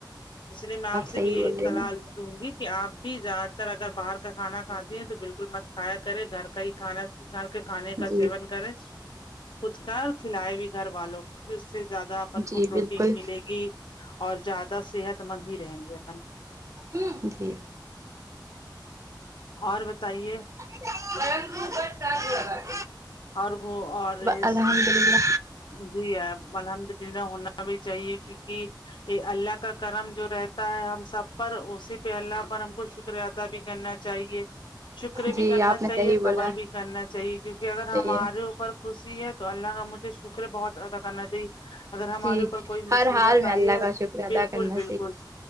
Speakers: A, on the left; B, on the right.
A: اس لیے میں آپ سے
B: صحیح
A: بھی
B: بول
A: یہی
B: رہی
A: سلال
B: ہیں
A: لو ہوں گی کہ آپ بھی زیادہ تر اگر باہر کا کانا کھاتے ہیں تو بالکل اسکول مت کھایا کرے گھر کا ہی کھانا گھر کے کھانے کا
B: جی
A: سیون کرے خود کر کھلائے بھی گھر والوں کی اس سے زیادہ اپن
B: جی
A: کو پروٹین
B: بالکل
A: ملے گی اور زیادہ صحت مند ہی رہیں گے اپن
B: امم جی
A: اور بچے بتائیے
B: س ب ہے <inaudible>
A: اور وہ اورریسٹ
B: الحمد للہ
A: جی آپ الحمد للہ ہونا بھی چاہیے کیونکہ یہ اللہ کا کرم جو رہتا ہے ہم سب پر اسی پہ اللہ پر ہم کو شکر ادا بھی کرنا چاہیے شکر بھی
B: جی
A: کرنا
B: آپ
A: چاہیے
B: نے صحیح
A: صبر
B: بولا
A: بھی کرنا چاہیے کیونکہ خود اگر
B: صحیح
A: ہمارے
B: ہے
A: اوپر خوشی ہے تو اللہ کا مجھے شکر بہت ادا کرنا چاہیے اگر ہمارے
B: جی
A: اوپر کوئی
B: ہر
A: مصیبت
B: حال میں
A: آئی
B: اللہ
A: ہے
B: کا شکر ادا
A: بالکل
B: کرنا
A: بالکل
B: چاہیے